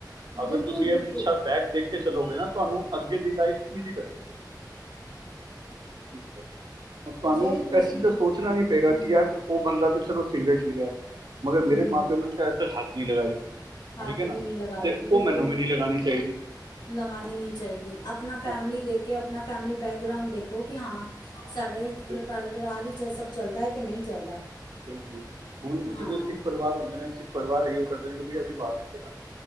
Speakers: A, on the left; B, on the right.
A: ਬਿਲਕੁਲ
B: ਅਗਰ ਤੁਸੀਂ
A: ਬਿਲਕੁਲ
B: ਏਹ ਪਿੱਛਾ ਬੈਕ ਦੇਖ ਕੇ ਚਲੋਗੇ ਨਾ, ਤੁਹਾਨੂੰ ਅੱਗੇ ਦੀ ਲਾਈਫ ਈਜ਼ੀ ਲੱਗੇਗੀ। ਹੁਣ ਤੁਹਾਨੂੰ,
A: ਜੇ ਤੁਸੀਂ
B: ਏਸ ਚੀਜ਼ ਦਾ ਸੋਚਣਾ ਨੀ ਪਏਗਾ,
A: ਹੂੰ
B: ਕਿ ਯਾਰ ਔਹ ਬੰਦਾ ਤੇ ਚਲੋ ਸਿਗਰੇਟ ਪੀ ਰੇਆ, ਮਗਰ
A: ਹੂੰ
B: ਮੇਰੇ
A: ਹੂੰ
B: ਮਾਂ ਪਿਓ ਨੇ ਤੇ ਅੱਜ ਤੱਕ ਹੱਥ ਨਈ ਲਗਾਈ।
A: ਹੱਥ
B: ਠੀਕ ਐ ਨਾ,
A: ਵੀ ਨਹੀਂ ਲਗਾਈ
B: ਤੇ
A: ਬਿਲਕੁਲ
B: ਔਹ ਮੈਨੂੰ ਵੀ ਨਈ ਲਗਾਣੀ ਚਾਈਦੀ।
A: ਲਗਾਉਣੀ ਨਹੀਂ ਚਾਹੀਦੀ ਆਪਣਾ ਫੈਮਿਲੀ
B: ਹਾਂ
A: ਦੇਖ ਕੇ ਆਪਣਾ ਫੈਮਿਲੀ ਬੈਕਗਰਾਉਂਡ ਦੇਖੋ ਕਿ ਹਾਂ ਸਾਡੇ ਪਰਿਵਾਰ
B: ਬਸ
A: ਹੀ ਇਹ ਸਭ ਚੱਲਦਾ ਹੈ ਕਿ ਨਹੀਂ ਚੱਲਦਾ
B: ਬਿਲਕੁਲ ਹੁਣ
A: ਹਾਂ
B: ਜਿਹੜੇ ਸਿੱਖ ਪਰਿਵਾਰ ਹੁੰਦੇ ਨੇ ਸਿੱਖ ਪਰਿਵਾਰ ਇਓ ਕਰਦੇ ਨੇ ਕਿ ਬਈ ਅਸੀਂ ਬਾਲ ਨਹੀਂ ਕੱਟਣੇ